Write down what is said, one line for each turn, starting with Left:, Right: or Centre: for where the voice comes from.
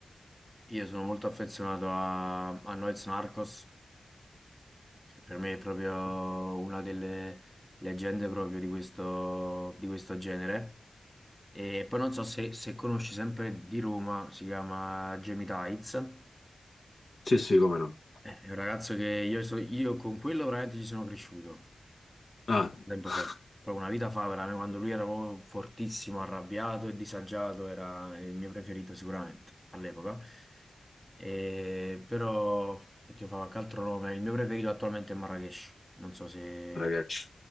Centre: Io sono molto affezionato a, a Noyz Narcos, che per me è proprio una delle leggende proprio di questo, di questo genere. E poi non so se, se conosci sempre di Roma, si chiama Jamie Tights.
Left: Sì, sì, come no.
Centre: Eh, È un ragazzo che io, so- io con quello veramente ci sono cresciuto.
Left: Ah,
Centre: tempo
Left: <laughs>
Centre: fa, proprio una vita fa, veramente, quando lui era proprio fortissimo, arrabbiato e disagiato, era il mio preferito sicuramente all'epoca. E- Però, oddio, fa qualche altro nome, il mio preferito attualmente è Marrakesh, non so se...
Left: ragazzi,